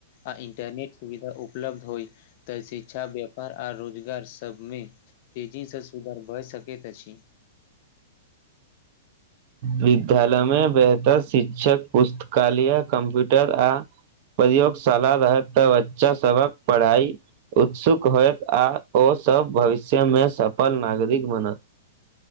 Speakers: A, on the left (about 45°); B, on the right (about 45°).
A: आ इंटरनेट सुविधा उपलब्ध होइ तऽ शिक्षा व्यापार आ रोजगार सबमे तेजीसँ सुधर भय सकैत अछि
B: विद्यालयमे बेहतर शिक्षक पुस्तकालय कम्प्यूटर आ प्रयोगशाला रहत तऽ बच्चा सबक पढ़ाई उत्सुक होयत आ ओसभ भविष्यमे सफल नागरिक बनत